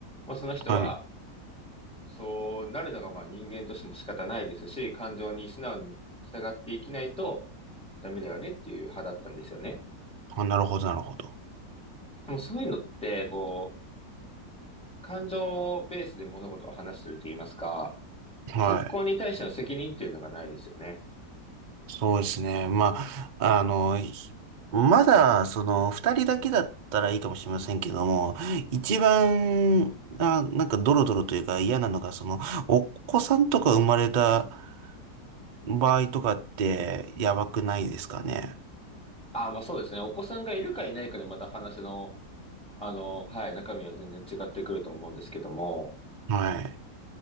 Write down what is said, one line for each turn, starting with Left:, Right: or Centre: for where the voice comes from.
Centre: まあ、その人は、
Right: はい。
Centre: そうなるのがまあ人間としても仕方ないですし、感情に素直に従っていきないとダメだよねっていう派だったんですよね。
Right: あ、なるほど、なるほど。
Centre: でもそういうのって、こう、感情ベースで物事を話してると言いますか、
Right: はい。
Centre: 結婚に対しての責任っていうのがないですよね。
Right: そうですね。まあ、あの、ひまだ、その、二人だけだったらいいかもしれませんけども、一番、あ、なんかドロドロというか嫌なのが、その、お子さんとか生まれた場合とかって、やばくないですかね。
Centre: ああ、まあそうですね。お子さんがいるかいないかでまた話の、あの、はい、中身は全然違ってくると思うんですけども、
Right: はい。